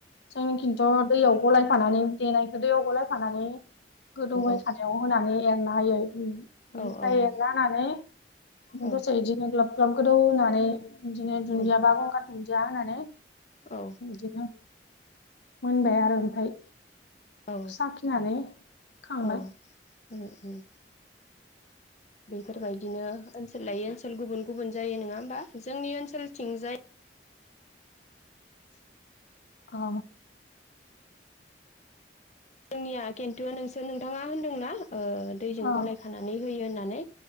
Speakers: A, on the left; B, on the left.
A: जोंनिखिनथ' दैयाव गलायफानानै देनाय दैयाव गलायफानानै गोदौबाय
B: औ
A: थानायाव होनानै एरना होयो बेनिफ्राय
B: औ औ
A: एरना होनानै
B: औ
A: दसे इदि दिनो ग्लब ग्लब गोदौ होनानै बिदिनो दुन्दिया
B: उम
A: बा गंगार दुन्दिया होनानै
B: औ
A: इदिनो मोनबाय आरो ओमफ्राय
B: औ
A: साखिनानै खांबाय
B: औ उम उम
A: <inaudible>
B: बेफोरबायदिनो ओनसोल लायै ओनसोल गुबुन गुबुन जायो नङा ओमबा जोंनि ओनसोल थिंजाय
A: अ
B: जोंनिया खिन्थुआ नोंसोर नोंथाङा होनदोंना ओ दैजों
A: औ
B: गलाय खानानै होयो होननानै